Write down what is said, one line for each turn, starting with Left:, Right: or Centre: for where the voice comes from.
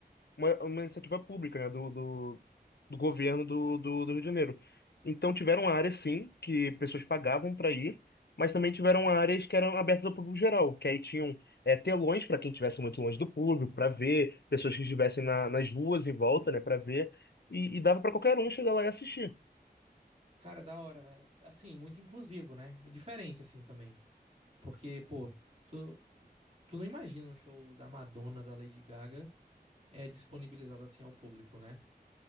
Left: uma, uma iniciativa pública, né, do, do, do governo do, do, do Rio de Janeiro. Então tiveram áreas, sim, que pessoas pagavam para ir, mas também tiveram áreas que eram abertas ao público geral, que aí tinham é, telões para quem estivesse muito longe do público, para ver, pessoas que estivessem na, nas ruas em volta, né, para ver, e, e dava para qualquer um chegar lá e assistir.
Right: Cara, da hora, né? Assim, muito inclusivo, né? É diferente, assim, também. Porque, pô, tu, tu não imagina um show da Madonna, da Lady Gaga, é disponibilizado assim ao público, né?